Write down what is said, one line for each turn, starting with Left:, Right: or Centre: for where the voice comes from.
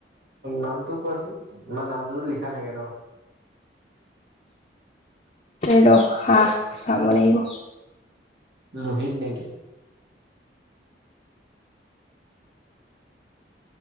Right: নামটো কোৱাচোন তোমাৰ নামটো যদি লিখা থাকে ন।
Left: ৰখা চাব লাগিব।
Right: লোহিত নেকি?